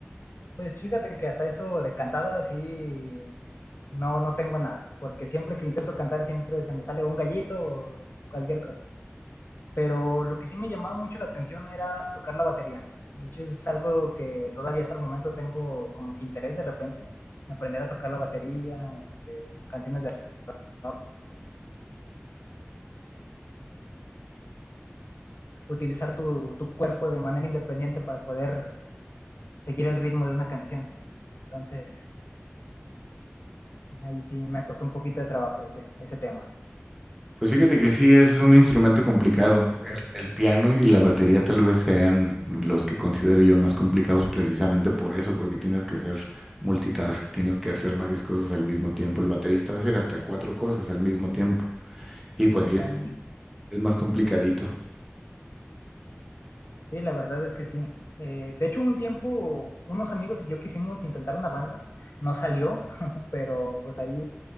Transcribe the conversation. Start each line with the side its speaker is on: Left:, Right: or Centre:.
Left: pues fíjate que hasta eso de cantada sí no, no tengo nada, porque siempre que intento cantar siempre se me sale un gallito o cualquier cosa. pero lo que sí me llamaba mucho la atención era tocar la batería. De hecho, es algo que todavía hasta el momento tengo como que interés de repente, en aprender a tocar la batería, este, canciones de rock, utilizar tu, tu cuerpo de manera independiente para poder seguir el ritmo de una canción. Entonces, ahí sí me costó un poquito de trabajo ese, ese tema.
Centre: Pues fíjate que sí, es un instrumento complicado. El, el piano y la batería tal vez sean los que considero yo más complicados precisamente por eso, porque tienes que hacer multitask, tienes que hacer varias cosas al mismo tiempo. El baterista hace hasta cuatro cosas al mismo tiempo. Y pues
Left: Y está
Centre: sí, es,
Left: muy-
Centre: es más complicadito.
Left: sí, la verdad es que sí. Eh, de hecho, un tiempo unos amigos y yo quisimos intentar una banda, no salió, <laughs> pero pues ahí